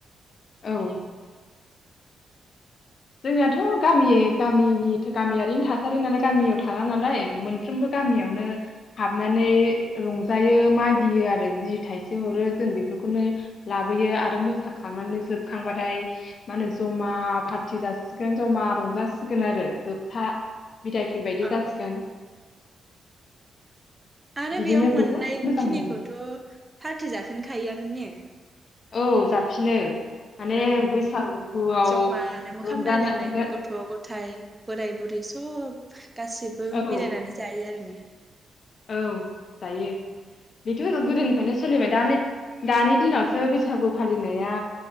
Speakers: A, on the left; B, on the right.
A: औ जोंनियाथ गामि गामिनि गामियारिनि थासारि नालाय गामियाव थाङा नालाय मोनफ्रोमबो गामियावनो हाबनानै रंजायो मागियो आरो जि थाइसे हरो जों बेफोरखौनो लाबोयो आरो मोसाखांनानै जोबखांबाथाय मा होनो जमा फारथि फुथि जासिगोन जमा रंजासिगोन आरो जोब बिफा बिदायफोर बायदि
B: औ
A: जासिगोन
B: आरो
A: बिदिनो
B: बेयाव मोननाय
A: बहुद मोजां
B: खिनिखौथ'
A: मोनो
B: पार्टि जाफिन खायोआनो ने
A: औ जाफिनो माने
B: ओं
A: बैसागुआव
B: जमानो मोखां
A: रंजानाय
B: नायलायलायनो गथ' गथाय बोराय बुरै सब गासिबो
A: औ
B: मिलायनानै जायो आरो ने
A: औ जायो बेथ' गोदोनिफ्रायनो सोलिबाय दा दानि दिनावसो बैसागु फालिनाया